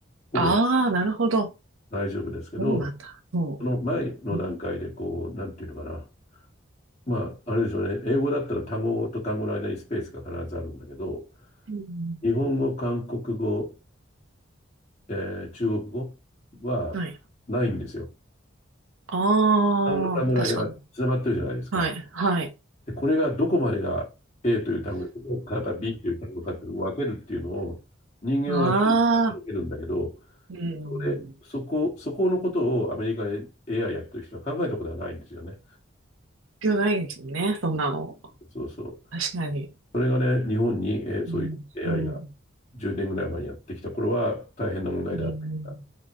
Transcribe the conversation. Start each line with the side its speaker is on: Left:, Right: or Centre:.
Left: ほぼ
Right: ああ、なるほど。
Left: 大丈夫ですけど、
Right: そうなんだ。そ
Left: その前の段階で、
Right: う。
Left: こう、なんていうのかな。まあ、あれでしょうね。英語だったら単語と単語の間にスペースが必ずあるんだけど、
Right: うん。
Left: 日本語、韓国語、えー中国語はないんですよ。
Right: はい。ああ、
Left: 単語と単語の間がつながってるじゃないですか。
Right: 確かに。はい。はい。
Left: で、これがどこまでが A という単語からか B という単語かっていうのを分けるっていうのを人間は瞬時に届けるんだけど、
Right: ああ、うん。
Left: それ、そこ、そこのことをアメリカで AI やってる人は考えたことはないんですよね。
Right: 必要ないですよね、そんなの。
Left: そうそう。
Right: 確かに。
Left: それがね、日本に、えーそういう
Right: うん、
Left: AI
Right: うん、
Left: が10年ぐらい前にやってきた頃は大変な問題であった。
Right: うん、